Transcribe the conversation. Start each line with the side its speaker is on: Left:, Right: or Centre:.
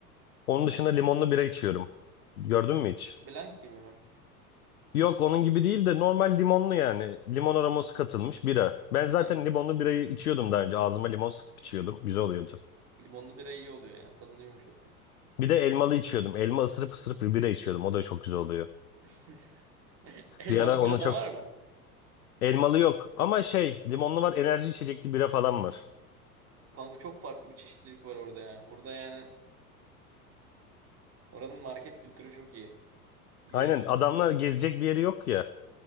Left: Onun dışında limonlu bira içiyorum. Gördün mü hiç?
Right: Blank gibi mi?
Left: Yok onun gibi değil de normal limonlu yani. Limon aroması katılmış bira. Ben zaten
Right: Ha,
Left: limonlu birayı içiyordum daha önce. Ağzıma limon sıkıp içiyordum. Güzel oluyordu.
Right: limonlu bira iyi oluyor ya. Tadını yumuşatıyor.
Left: Bir de elmalı içiyordum. Elma ısırıp ısırıp bir bira içiyordum. O da çok güzel oluyor.
Right: <laughs> Elmalı
Left: Bir ara
Right: bira
Left: onu
Right: da
Left: çok...
Right: var mı?
Left: Elmalı yok ama şey limonlu var enerji içecekli bira falan var.
Right: Kanka çok farklı bir çeşitlilik var orada ya. Burada yani oranın market kültürü çok iyi. İyi
Left: Aynen
Right: alışveriş
Left: adamlar
Right: yaparsın
Left: gezecek
Right: yani.
Left: bir yeri yok ya.